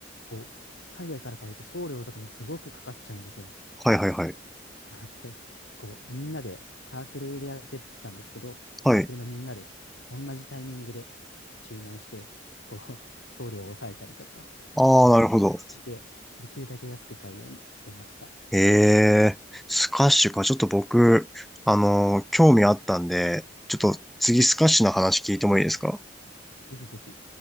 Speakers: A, on the left; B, in the centre.
A: こう、海外から買うと送料とかもすごくかかっちゃうんですよ。
B: はい、はい、はい。
A: なので、こう、みんなでサークルでやってたんですけど、サークルのみんなで同じタイミングで
B: はい。
A: 注文して、こう、送料を抑えたりとか、
B: ああ、
A: すごいこう工夫して、
B: なるほど。
A: できるだけ安く買うようにしてました。
B: ええ、スカッシュか。ちょっと僕、あのー興味あったんで、ちょっと次スカッシュの話聞いてもいいですか
A: あ、あぜひぜひ